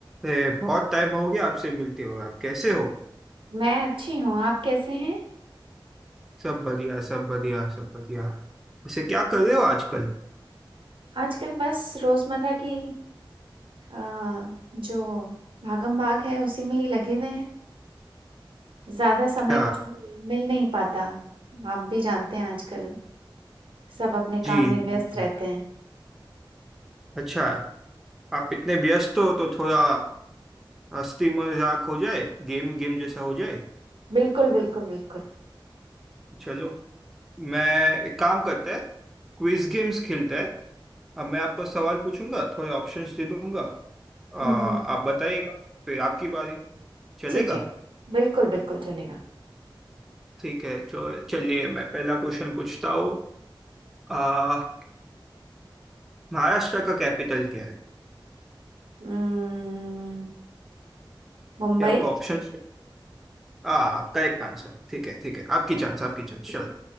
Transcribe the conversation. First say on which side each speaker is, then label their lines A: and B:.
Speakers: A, in the centre; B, on the right (about 80°).
A: ए, बहुत टाइम हो गया आपसे मिलते हुए आप कैसे हो
B: मैं अच्छी हूँ, आप कैसे हैं?
A: सब बढ़िया सब बढ़िया सब बढ़िया वैसे क्या कर रहे हो आजकल
B: आजकल बस रोज़मर्रा की अ, जो भागम-भाग है उसी में ही लगे हुए हैं। ज़्यादा समय
A: अच्छा
B: कुछ मिल मिल नहीं पाता। आप भी जानते हैं आजकल सब अपने
A: जी
B: काम में
A: जी
B: व्यस्त
A: जी।
B: रहते हैं।
A: अच्छा आप इतने व्यस्त हो तो थोड़ा हंसी मजाक हो जाए गेम गेम जैसा हो जाए
B: बिल्कुल, बिल्कुल, बिल्कुल।
A: चलो मैं एक काम करते हैं क्विज गेम्स खेलते हैं अब मैं आपको सवाल पूछूंगा थोड़े ऑप्शंस दे दूंगा आ,
B: हुँ,
A: आप
B: हुँ।
A: बताइएगा फिर आपकी बारी चलेगा
B: ठीक है। बिल्कुल, बिल्कुल चलेगा।
A: ठीक है चो- चलिए मैं पहला क्वेश्चन पूछता हूँ महाराष्ट्र का कैपिटल क्या है
B: उम्म, मुंबई
A: क्या आपका ऑप्शन आ करेक्ट आंसर ठीक है ठीक है आपकी चांस आपकी चांस चलो